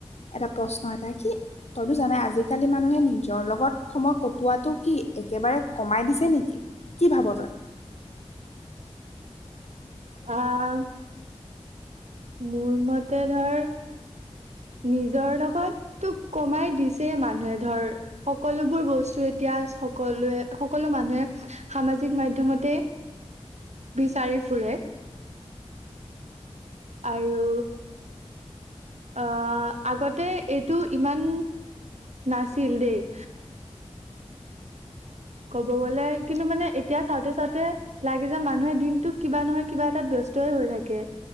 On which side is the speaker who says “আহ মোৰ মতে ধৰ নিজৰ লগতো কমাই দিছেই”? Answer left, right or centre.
Right